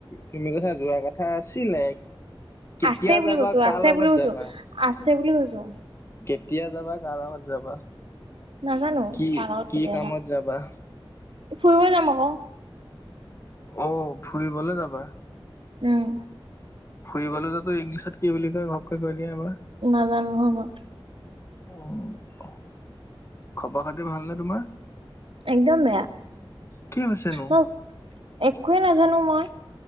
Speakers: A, on the left; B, on the right.
A: তুমি কথা যোৱা কথা আছিলে কেতিয়া
B: আছে বুলি
A: যাবা
B: কৈছো
A: কাৰ
B: আছে
A: লগত
B: বুলি কৈছো
A: যাবা
B: আছে বুলি কৈছো
A: কেতিয়া যাবা কাৰ লগত যাবা
B: নাজানো
A: কি
B: কাৰ লগত
A: কি
B: কেতিয়া
A: কামত
B: যাওঁ
A: যাবা
B: ফুৰিব যাম আকৌ
A: অ ফুৰিবলে যাবা
B: উম
A: <inaudible> টো ইংলিছত কি বুলি কয় ঘপকে কৈ দিয়া এবাৰ
B: নাজানো নহয় মই।
A: অঁ খবৰ খাতি ভালনে তোমাৰ?
B: একদম বেয়া,
A: কি হৈছেনো
B: মই একোৱেই নাজানো মই